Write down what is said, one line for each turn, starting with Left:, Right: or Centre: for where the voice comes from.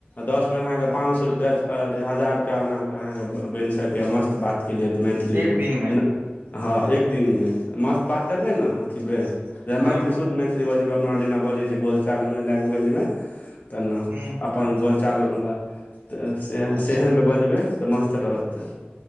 Left: दस बेर अहाँ केँ
Right: हँ
Left: पाँच सै रुपया हजार रुपैआ एनाक अहाँकेँ बैन सकैए मस्त बात केँ लिए तऽ मैथिली में
Right: एक दिन मे
Left: हँ एक दिन मे मस्त बात करबै न अथि बे
Right: हँ
Left: मैथिली शुद्ध मैथिली मैथिली बजब अपना जेना बजे छै बोलचाल में लैंग्वेज में तना
Right: हूँ
Left: अपन बोलचाल वला तऽ से
Right: अच्छे
Left: सेहनमे बजबै तऽ मस्त रहत <inaudible>